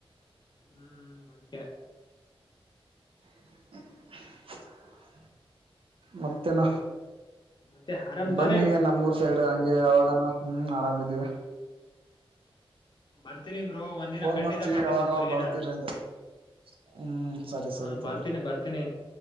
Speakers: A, on the left; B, on the right.
A: ಹ್ಮ್ ಅದಕ್ಕ
B: <inaudible> ಮತ್ತೇನ
A: ಮತ್ತೆ ಆರಾಮ್
B: ಬನ್ನಿ
A: ತಾನೆ
B: ನಮ್ಮೂರ್ ಸೈಡ್ ಹಂಗೆ ಯಾವಾಗಾನ ಹ್ಮ್ ಆರಾಮಿದ್ದೀವಿ
A: ಬರ್ತೀನಿ ಬ್ರೋ ಒಂದ ದಿನ
B: ಫೋನ್
A: ಖಂಡಿತ
B: ಮಾಡ್ತೀವಿ
A: ಬರ್ತೀನಿ
B: ಯಾವಾಗಾವಾಗ
A: ನಿಮ್ಊರಿಗೆ
B: ಬರ್ತೀರಿ
A: ನಾನು..
B: ಅಂದೆ ಹ್ಮ್ ಸರಿ
A: ಹಾ
B: ಸರಿ ತಗೋರಿ
A: ಬರ್ತೀನಿ ಬರ್ತೀನಿ